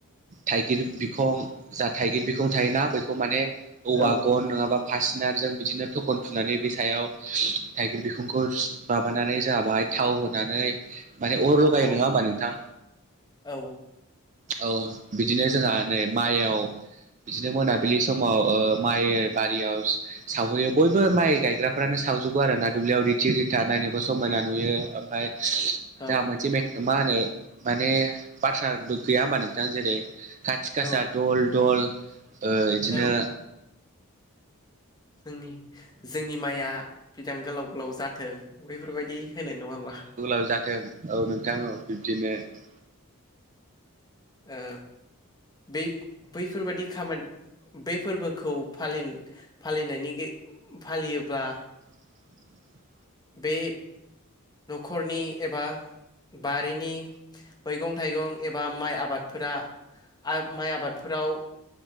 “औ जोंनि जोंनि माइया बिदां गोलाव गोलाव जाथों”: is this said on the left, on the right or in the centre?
Left